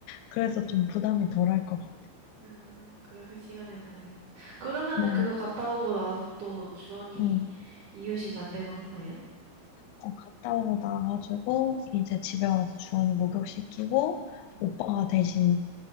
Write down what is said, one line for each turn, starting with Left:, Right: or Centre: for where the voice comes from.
Left: 그래서 좀 부담이 덜할 것 같아.
Right: 응, 그, 그 시간에 다녀요. 그러면은
Left: 응,
Right: 그거 갔다 오고 나서 또 주원이
Left: 응.
Right: 이유식 만들고 한 거예요?
Left: 어, 갔다 오고 나가지고, 이제 집에 와서 주원이 목욕시키고,
Right: 음,
Left: 오빠가 대신